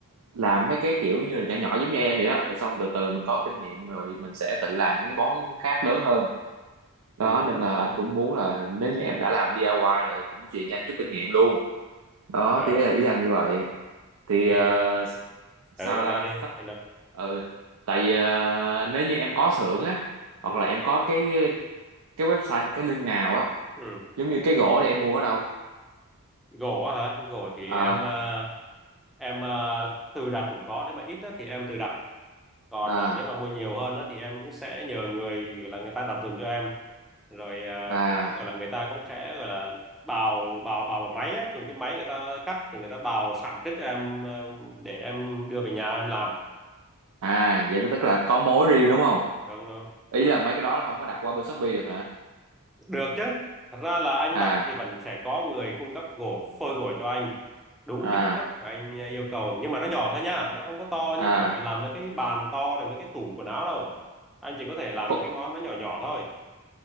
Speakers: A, on the right (about 80°); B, in the centre.
A: làm mấy cái kiểu như là nhỏ nhỏ giống như em vậy đó rồi xong từ từ mình có kinh nghiệm rồi mình sẽ tự làm những cái món khác lớn hơn đó
B: ừ ừ.
A: nên là anh cũng muốn là nếu như em đã làm DIY rồi cũng truyền cho anh chút kinh nghiệm luôn đó
B: ờ
A: thì là ý anh như vậy thì
B: thì
A: ờ, sao
B: ừ anh
A: ta
B: nói đi
A: sắp
B: anh nói
A: ừ tại vì ờ, nếu như em có xưởng á hoặc
B: ừ
A: là em có cái cái website hoặc cái link nào á
B: ừ
A: giống như cái gỗ thì em mua ở đâu
B: gỗ á hả gỗ thì
A: à
B: em ờ, em ờ, tự đặt cũng có nếu mà ít á thì em tự đặt còn
A: à
B: ờ, nếu mà mua nhiều hơn á thì em cũng sẽ nhờ người gọi là người ta đặt giùm cho em rồi ờ,
A: à
B: cũng gọi là người ta cũng sẽ gọi là bào bào bào bằng máy á, dùng cái máy người ta cắt rồi người ta bào sẵn trước cho em ờ, để em đưa về nhà em làm
A: à vậy là
B: ừ,
A: tức là có mối riêng đúng không
B: đúng đúng
A: ý là mấy cái đó không có đặt qua bên Shopee được hả
B: Được chứ. Thật ra là anh
A: à
B: đặt thì vẫn sẽ có người cung cấp gỗ phôi gỗ cho anh đúng
A: à
B: kích thước mà anh à, yêu cầu nhưng mà nó nhỏ thôi nha nó không có to
A: à
B: như kiểu mà làm mấy cái bàn to này mấy cái tủ quần áo đâu anh chỉ có thể làm
A: Ph-
B: mấy cái món nó nhỏ nhỏ thôi